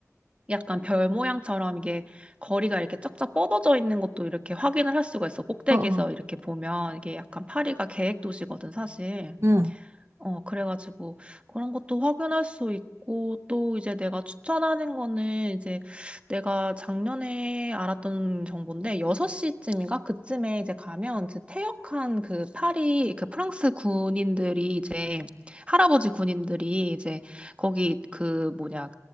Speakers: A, on the right (about 20°); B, on the right (about 55°).
A: 약간 별 모양처럼 이게 거리가 이렇게 쫙쫙 뻗어져 있는 것도 이렇게 확인을 할 수가 있어. 꼭대기에서
B: 어, 어.
A: 이렇게 보면 이게 약간 파리가 계획 도시거든, 사실.
B: 응.
A: 어, 그래가지고 그런 것도 확인할 수 있고 또 이제 내가 추천하는 거는 이제 내가 작년에 알았던 정보인데 6시쯤인가 그쯤에 이제 가면 이제 퇴역한 그 파리 그 프랑스 군인들이 이제 할아버지 군인들이 이제 거기 그 뭐냐